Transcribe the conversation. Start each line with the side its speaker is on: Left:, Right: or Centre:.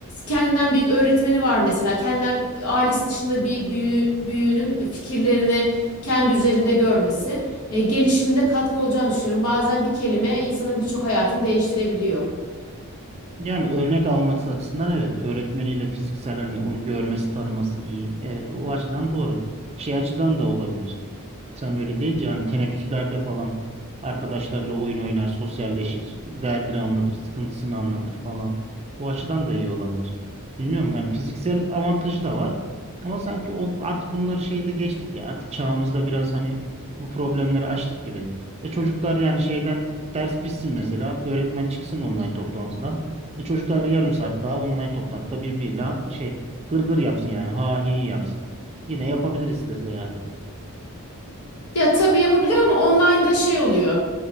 Left: Kendinden büyük öğretmeni var mesela. Kendinden ailesi dışında bir büyü, büyüğünün fikirlerini kendi üzerinde görmesi e, gelişimde katkı olacağını düşünüyorum. Bazen bir kelime insanın birçok hayatını değiştirebiliyor.
Right: Yani örnek alması açısından evet öğretmeniyle fiziksel hani onu görmesi tanıması iyi. Evet, o açıdan doğru. Şey açıdan da olabilir. Sen böyle deyince hani teneffüslerde falan arkadaşlarla oyun oynar, sosyalleşir, derdini anlatır, sıkıntısını anlatır falan. Bu açıdan da iyi olabilir. Bilmiyorum yani fiziksel avantajı da var. Ama sanki o, artık bunları şeyde geçtik ya. Artık çağımızda biraz hani bu problemleri açtık gibi. E çocuklar yani şeyden ders bitsin mesela. Öğretmen çıksın online toplantıdan. E çocuklar yarım saat daha online toplantıda birbiriyle şey gırgır yapsın yani. Ha hi yapsın. Yine yapabilir istese yani.
Left: Ya tabii yapabilir ama online'da şey oluyor.